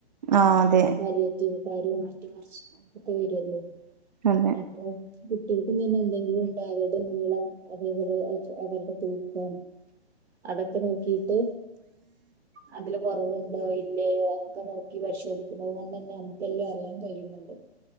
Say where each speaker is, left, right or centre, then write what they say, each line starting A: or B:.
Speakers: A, on the right (about 45°); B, on the right (about 80°).
A: ആ അതെ
B: പാലിയറ്റിവ്കാരും മറ്റതും മറിച്ച് ഒക്കെ വരുവല്ലോ
A: അതെ
B: അപ്പൊ കുട്ടികൾക്കും തന്നെ എന്തെങ്കിലും ഉണ്ടോ അവരുടെ നീളം അതേപോലെ അവരുടെ തൂക്കം അതൊക്കെ നോക്കീട്ട് അതില് കൊറവുണ്ടോ ഇ ഇല്ലയോനോക്കെ നോക്കി പരിശോധിക്കുന്നത്കൊണ്ടെന്നെ നമുക്കെല്ലാം അറിയാൻ കഴിയുന്നുണ്ട്